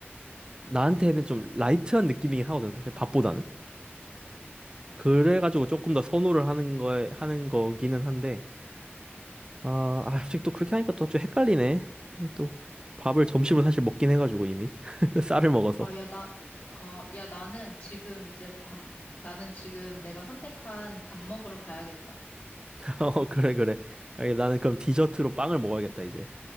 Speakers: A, on the right; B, on the left.
A: 나한테는 좀 라이트한 느낌이긴 하거든, 사실 밥보다는. 그래가지고 조금 더 선호를 하는 거에, 하는 거기는 한데. 아, 아, 솔직히 또 그렇게 하니까 또 좀 헷갈리네. 근데 또 밥을 점심으로 사실 먹긴 해가지고 이미 <laughs> 쌀을 먹어서.
B: 아, 야, 나, 어, 야, 나는 지금 이제 밥, 나는 지금 내가 선택한 밥 먹으러 가야겠다.
A: <laughs> 어, 그래 그래. 알겠, 나는 그럼 디저트로 빵을 먹어야겠다 이제.